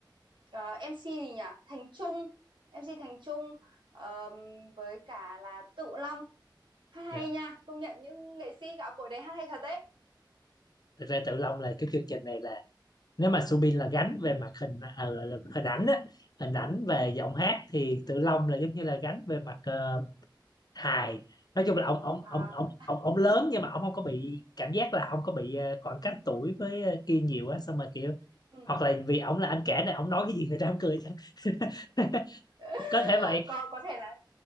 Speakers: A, on the right; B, on the left.
A: ờ, MC gì nhỉ Thành Trung MC Thành Trung ờm, với cả là Tự Long hát hay
B: dạ
A: nha công nhận những nghệ sĩ gạo cội đấy hát hay thật đấy
B: thực ra Tự Long là cái chương trình này nếu mà Subin là
A: ừ.
B: gánh về mặt hình ờ, là là hình ảnh á hình ảnh về
A: ừ,
B: giọng hát thì Tự Long là giống như là gánh về mặt ờ, hài nói chung là ông ông
A: À,
B: ông ông ông, ông lớn nhưng mà ông không có bị cảm giác là không có bị ờ, khoảng cách tuổi với ờ, kia nhiều á xong mà kiểu
A: ừ.
B: hoặc là vì ông là anh cả này ông nói cái gì người ta cũng cười chẳng <laughs>
A: <laughs>
B: có thể vậy
A: có có thể là